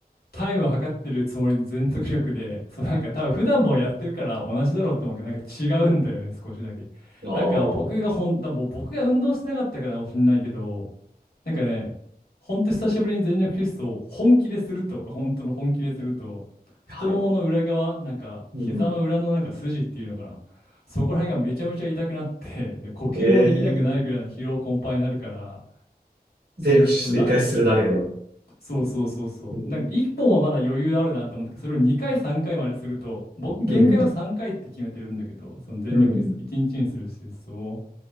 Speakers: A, on the left (about 75°); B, on the right (about 80°).
A: タイムを測ってるつもりの全速力で、そうなんか多分普段もやってるから同じだろうって思うけど、なんか違うんだよね、少しだけ。
B: ああ、
A: なんか僕がほん、だもう僕が運動してなかったからかもしんないけど、なんかね、ほんと久しぶりに全力疾走を本気ですると、本当の本気ですると、太ももの裏側、
B: はい。
A: なんか膝の裏のなんか筋っていうのかな、
B: うん。
A: そこら辺がめちゃめちゃ痛くなって、で、呼吸もできなくなるぐらいの疲労困憊になるから、
B: ええー、全力疾走一回するだけで。
A: で、そのな、
B: う
A: そうそうそうそう。
B: ん
A: なんか1本はまだ余裕あるなって思ったけど、それを2回3回まですると、僕限界は3回って決めてるんだけど、
B: うん、
A: その全力疾走、
B: うん、
A: 1日にちにする疾走を。